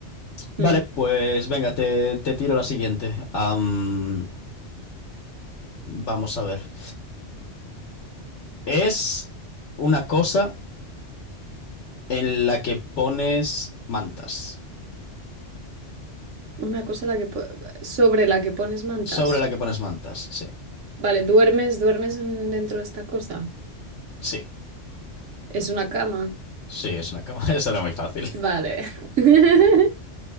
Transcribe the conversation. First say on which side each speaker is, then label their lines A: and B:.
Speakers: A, on the left (about 75°); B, on the right (about 85°).
A: Vale,
B: Mm.
A: pues venga, te, te tiro la siguiente. Am, vamos a ver. Es una cosa en la que pones mantas.
B: Una cosa la que po- sobre la que pones mantas.
A: Sobre la que pones mantas, sí.
B: Vale, duermes, duermes en- dentro de esta cosa.
A: Sí,
B: Es una cama.
A: sí, es una cama. <laughs> Eso era muy fácil.
B: Vale. <laughs>